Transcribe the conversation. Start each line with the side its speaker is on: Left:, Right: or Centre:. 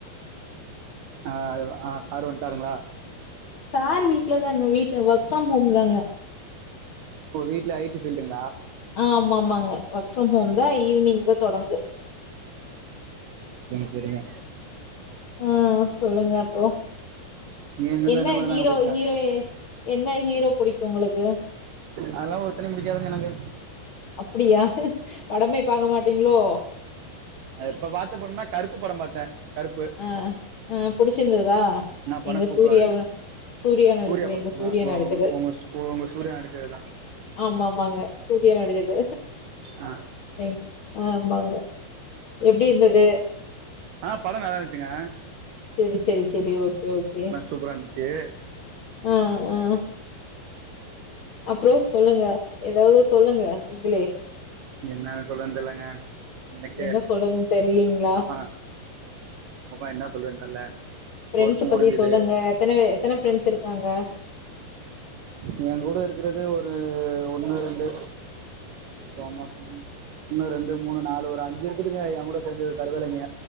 Right: அஹ் ஆஹ் சாரு வண்டாருங்களா
Left: சாரு வீட்லதாங்க வீட்ல ஒர்க் ஃப்ரம் ஹோம் தாங்க
Right: ஓ வீட்ல ஐடி ஃபீல்டுங்
Left: ஆமாம் மாங்க ஒர்க் ஃப்ரம் ஹோம்தா ஈவினிஙதா தொடங்கு
Right: சரிங்க
Left: ஆஹ் சொல்லுங்க அப்ரோ
Right: நீ இந்தந்த
Left: என்ன
Right: இந்த மாரி
Left: ஹீரோ
Right: தாங்க பேசுவ
Left: ஹீரோய என்ன ஹீரோ புடுக் உங்களுக்கு
Right: அதல்லா ஒருத்தனையு புடிக்காதுங்க எனக்கு
Left: அப்டியா படமே பாக்க மாட்டீங்ளோ
Right: இப்ப பாத்த படம்ன்னா கருப்பு படம் பாத்த கருப்பு
Left: ஆஹ் ஆஹ் புடிச்சிருந்ததா
Right: ஆனா
Left: எங்க
Right: படம் சூப்பரா
Left: சூர்யாவ
Right: இருக்கு
Left: சூரியா நடிச்சது
Right: சூர்யா படம்
Left: எங்க
Right: ஆ
Left: சூர்யா
Right: ஓ
Left: நடிச்சது
Right: உங்க உங்க சூர்யா நடிச்சதுதா
Left: ஆமா ஆமாங்க சூர்யா நடிச்சது
Right: ஆ
Left: எ ஆமாங்க எப்டி இந்து அது
Right: ஆஹ் படோ நலாருச்சுங்க
Left: சரி சரி சரி ஓகே ஓகே
Right: சூப்பரா இருந்துச்சு
Left: ஆஹ் ஆஹ் அப்றம் சொல்லுங்க எதாவது சொல்லுங்க நீங்களே
Right: என்னானு சொல்ரதுன் தெர்லங்க எனக்கே
Left: என்ன சொல்றதுன்னு தெர்லீங்களா
Right: அ ஆஹ் அப்பா என்ன சொல்றன் தெர்ல
Left: ப்ரண்ட்ஸ்ச
Right: ஒர்க்கு
Left: பத்தி
Right: முடிஞ்சுது
Left: சொல்லுங்க எத்தன பே எத்தன ஃப்ரெண்ட்ஸ் இருக்காங்க
Right: ஏ கூட இருக்றது ஒரு ஒண்ணு ரெண்டு சோ மாச ஒன்னு ரெண்டு மூணு நாலு ஒரு அஞ்சு இருக்குதுங்க என் கூட சேர்ந்து தருதலைங்க